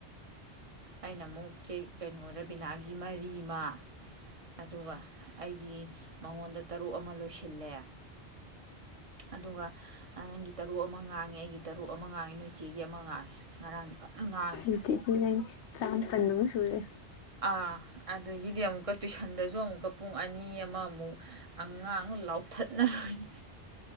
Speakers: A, on the right; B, on the left.
A: ꯑꯩꯅ ꯑꯃꯨꯛ ꯆꯦꯛ ꯀꯩꯅꯣꯕꯤꯅꯥꯒꯤ ꯃꯔꯤ ꯏꯃꯥ ꯑꯗꯨꯒ ꯑꯩ ꯒꯤ ꯃꯉꯣꯟꯗ ꯇꯔꯨꯛ ꯑꯃ ꯂꯣꯏꯁꯤꯜꯂꯦ ꯑꯗꯨꯒ ꯅꯪꯒꯤ ꯇꯔꯨꯛ ꯑꯃ ꯉꯥꯡꯉꯦ ꯑꯩꯒꯤ ꯇꯔꯨꯛ ꯑꯃ ꯉꯥꯡꯉꯦ ꯅꯣꯏꯆꯦꯒꯤ ꯑꯃ ꯉꯥꯡꯉꯦ ꯉꯔꯥꯡ ꯐꯖꯟ ꯉꯥꯡꯉꯤ
B: ꯑꯗꯨꯗꯤ ꯏꯆꯦ <unintelligible> ꯁꯨꯔꯦ
A: ꯑꯥ ꯑꯗꯨꯗꯒꯤꯗꯤ ꯑꯃꯨꯛꯀ ꯇꯨꯏꯁꯟꯗꯁꯨ ꯑꯃꯨꯛꯀ ꯄꯨꯡ ꯑꯅꯤ ꯑꯃ ꯑꯃꯨꯛ ꯑꯉꯥꯡ ꯂꯥꯎꯊꯠꯅꯔꯣꯏꯅꯤ